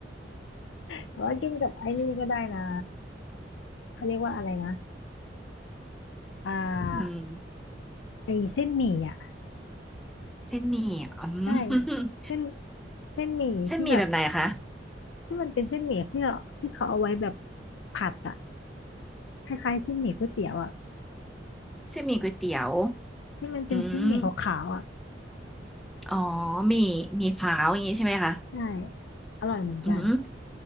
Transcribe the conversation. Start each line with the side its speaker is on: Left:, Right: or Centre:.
Left: แต่ว่ากินกับไอ้นี่ก็ได้นะเขาเรียกว่าอะไรนะ อ่า
Centre: <laughs> อืม
Left: ไอเส้นหมี่อ่ะ
Centre: เส้นหมี่อืม
Left: ใช่
Centre: <laughs>
Left: เส้นเส้นหมี่ที่แบบ
Centre: เส้นหมี่แบบไหนคะ
Left: ที่มันเป็นเส้นหมี่ที่เราที่เขาเอาไว้แบบผัดอ่ะคล้ายๆเส้นหมี่ก๋วยเตี๋ยวอ่ะ
Centre: เส้นหมี่ก๋วยเตี๋ยว
Left: ที่มันเป็นเส้นหมี่ขาวๆอ่ะ
Centre: อืมอ๋อหมี่หมี่ขาวอย่างนี้ใช่ไหมคะ
Left: ใช่อร่อยเหมือนกัน
Centre: อืม